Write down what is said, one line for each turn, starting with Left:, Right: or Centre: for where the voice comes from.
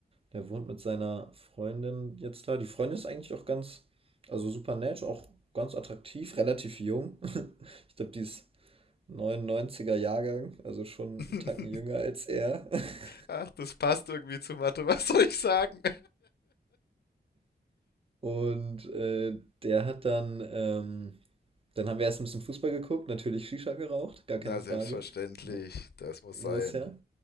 Right: Der wohnt mit seiner Freundin jetzt da. Die Freundin ist eigentlich auch ganz, also super nett, auch ganz attraktiv, relativ jung. <laughs> Ich glaube, die ist 99er Jahrgang, also schon
Left: <laughs>
Right: einen Tacken jünger als er. <laughs>
Left: Ach, das passt irgendwie zu Mathe, was soll ich sagen?
Right: Und äh, der hat dann, ähm, Dann haben wir erst ein bisschen Fußball geguckt, natürlich Shisha geraucht, gar
Left: Na,
Right: keine Frage.
Left: selbstverständlich,
Right: Mu
Left: das muss
Right: muss
Left: sein.
Right: ja.